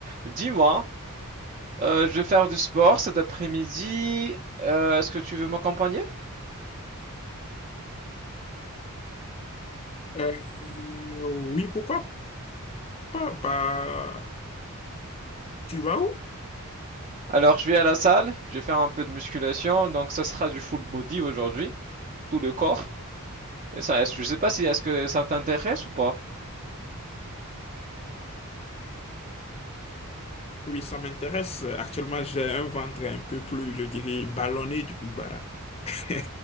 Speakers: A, on the right (about 35°); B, on the left (about 25°).
A: Dis-moi, euh, je vais faire du sport cet après-midi. Euh, est-ce que tu veux m'accompagner?
B: Euh, oui, pourquoi pas? Bah, tu vas où?
A: Alors, je vais à la salle, je vais faire un peu de musculation, donc ça sera du full body aujourd'hui, tout le corps. Et ça, est-ce- je sais pas si est-ce que ça t'intéresse ou pas.
B: Oui, ça m'intéresse. Actuellement, j'ai un ventre un peu plus, je dirais, ballonné. Du coup, bah, <laughs>